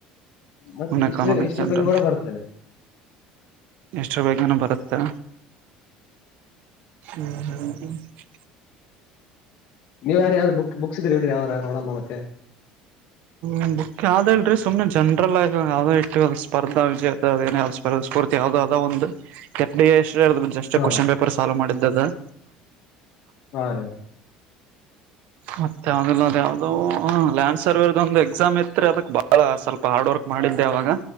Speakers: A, on the left; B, on the right.
A: ಮತ್ತೆ
B: ಸುಮ್ನೆ
A: ಹಿಸ್ಟ್ರಿ
B: ಕಾಮನ್
A: ಹಿಸ್ಟ್ರಿ
B: ಆಗಿ ಜನರಲ್
A: ಬಗ್ಗೆ ಕೂಡ ಬರ್ತೆ
B: ಎಷ್ಟರ ಬಗ್ಗೆನ ಬರುತ್ತಾ <unintelligible>
A: ನೀವು ಯಾರ ಯಾವ್ದ್ ಬುಕ್ ಬುಕ್ಸ್ ಇದ್ರ ಹೇಳ್ರಿ ಯಾವಾರ ನೋಡಮ್ಮ ಮತ್ತೆ
B: ನ್ ಬುಖ ಆದ ಹೇಳಲ್ರಿ ಸುಮ್ನೆಂಚ <unintelligible> ಜನರಲ್ ಆಗ ಯಾವೋ ಇಟ್ಟು ಸ್ಪರ್ಧಾ ವಿಜೇತ ಯಾವ ಸ್ಪರ್ಧ ಸ್ಫೂರ್ತಿ ಯಾಾವದದೋ ಒಂದು ಕೆ <unintelligible> ಜಸ್
A: ಹಾ
B: ಕ್ವ್ನ್ ಪೇಪರ್ ಸಾಲ್ವ ಮಾಡಿದ್ದ <unintelligible> ದ
A: ಹಾ ರೀ
B: ಮತ್ತೆ ಯಾವಿಲ್ಲ ಅ ಯಾವ್ದೋ ಹ ಲ್ಯಾನ್ ಸರ್ವರ್ ಒಂದು ಎಕ್ಸಾಮ್ ಇತ್ ಅದಕ್ ಬಾಳ ಸ್ವಲ್ಪ ಹಾರ್ಡ್ ವರ್ಕ್ ಮಾಡಿದ್ದೆ ಅವಾಗ